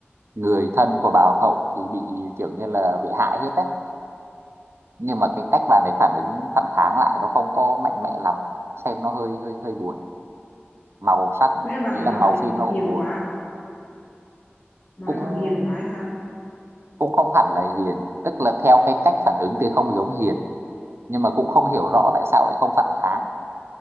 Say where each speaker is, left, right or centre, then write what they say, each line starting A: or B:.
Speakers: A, on the right; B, on the left.
A: người thân của bà hoàng hậu thì bị kiểu như là bị hại hết á nhưng mà cái cách bạn ấy phản ứng phản kháng lại nó không có mạnh mẽ lắm xem nó hơi hơi hơi buồn màu sắc
B: có lẽ bà
A: ý
B: hoàn
A: là
B: hậu
A: màu
B: này
A: phim nó cũng
B: hiền
A: buồn
B: quá à? bà
A: cũng
B: hoàn hậu hiền quá hay sao
A: cũng không hẳn là hiền tức là theo cái cách phản ứng thì không giống hiền nhưng mà cũng không hiểu rõ tại sao lại không phản kháng